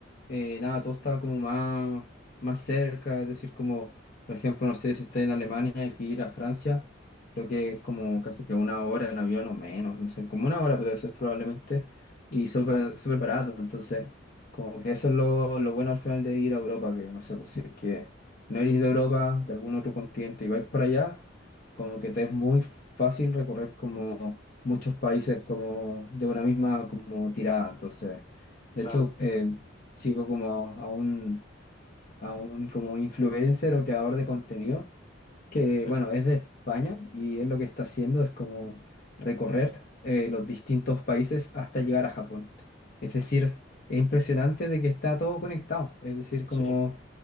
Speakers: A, on the left (about 50°); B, on the left (about 35°).
A: eh, nada, todo estaba como más, más cerca, es decir, como, por ejemplo, no sé si está en Alemania, aquí ir a Francia, creo que es como casi que una hora en avión o menos, no sé, como una hora puede ser probablemente, y súper súper barato, entonces, como que eso es lo, lo bueno al final de ir a Europa, que no sé, pues si es que no eres de Europa, de algún otro continente y vais para allá, como que te es muy fácil recorrer como muchos países como de una misma como tirada, entonces, de
B: Claro,
A: hecho, eh, sigo como a un, a un como influencer o creador de contenido que,
B: sí,
A: bueno, es de España y él lo que está haciendo es como recorrer eh, los distintos países hasta llegar a Japón. Es decir, es impresionante de que está todo conectado. Es decir, como
B: sí,